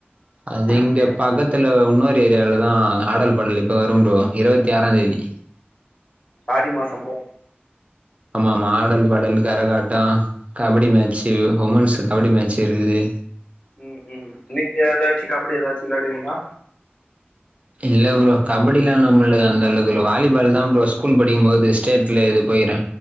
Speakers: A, on the right (about 30°); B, on the left (about 30°).
A: அது
B: அப்டியா
A: இங்கப் பக்கத்துல வுன்னொரு ஏரியாலதா ஆடல் படல் இப்ப வரும் ப்ரோ இருவத்தி ஆறாந்தேதி
B: ஆடி மாச போ
A: ஆமா ஆமா ஆடல் பாடல் கரகாட்டோ கபடி மேட்சு உமன்ஸ் கபடி மேட்சே இருகுது
B: ம் ம் நீங்க ஏதாச்சு கபடி எதாச்சு விளாடுவீங்ளா
A: இல்ல ப்ரோ கபடிலா நம்ளுகு அந்தளவுகு இல்ல வாலிபால்தா ப்ரோ ஸ்கூல் படிக்கும்போது ஸ்டேட்ல இது போய்கிறே